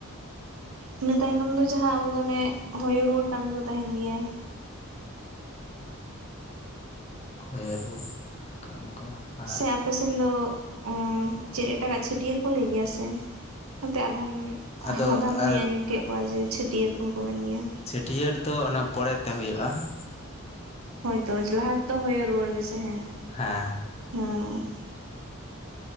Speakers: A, on the right; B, on the left.
A: ᱤᱱᱟᱹ ᱛᱟᱭᱱᱚᱢ ᱫᱚ ᱡᱟᱦᱟᱸ ᱟᱵᱚ ᱫᱚ ᱚᱱᱮ ᱦᱚᱭᱚ ᱨᱩᱣᱟᱹᱲ ᱠᱟᱹᱢᱤ ᱠᱚ ᱛᱟᱦᱮᱱ ᱜᱮᱭᱟ ᱾
B: ᱦᱚᱭᱚ ᱨᱩᱭᱟᱹᱲ ᱠᱟᱹᱢᱤ ᱠᱚ ᱟᱨ
A: ᱥᱮ ᱟᱯᱮ ᱥᱮᱱ ᱫᱚ ᱚᱻ ᱪᱮᱫ ᱮᱴᱟᱜᱟᱜ ᱪᱷᱟᱹᱴᱭᱟᱹᱨ ᱠᱚ ᱞᱟᱹᱭ ᱜᱮᱭᱟ ᱥᱮ? ᱱᱚᱛᱮ ᱟᱫᱷᱟᱱ,
B: ᱟᱫᱚ
A: ᱟᱫᱷᱟᱱ ᱦᱚᱲᱤᱧ
B: ᱟᱨ
A: ᱟᱸᱡᱚᱢ ᱠᱮᱫ ᱠᱚᱣᱟ ᱡᱮ ᱪᱷᱟᱹᱴᱭᱟᱹᱨ ᱠᱚᱦᱚᱸ ᱠᱚ ᱢᱮᱱ ᱜᱮᱭᱟ ᱾
B: ᱪᱷᱟᱹᱴᱭᱟᱹᱨ ᱫᱚ ᱚᱱᱟ ᱯᱚᱨᱮ ᱛᱮ ᱦᱩᱭᱩᱜᱼᱟ ᱾
A: ᱦᱳᱭᱛᱚ ᱞᱟᱦᱟ ᱛᱚ ᱦᱚᱭᱚ ᱨᱩᱣᱟᱹᱲ ᱜᱮᱥᱮ ᱦᱮᱸ,
B: ᱦᱮᱸ
A: ᱦᱩᱸ ᱾